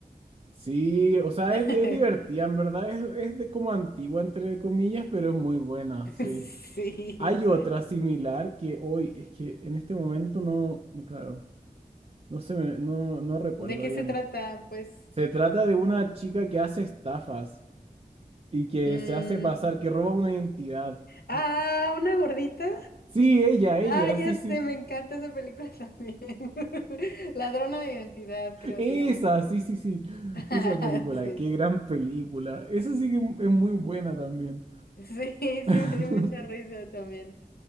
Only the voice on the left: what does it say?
<laughs>
Sí.
¿De qué
se trata? Pues.
mm,
Ah,
una gordita.
Ah, ya
sé, me encanta esa película también. <laughs> Ladrona de identidad, creo
se llama así.
<laughs>
Sí,
sí, sí, me
dio mucha risa también.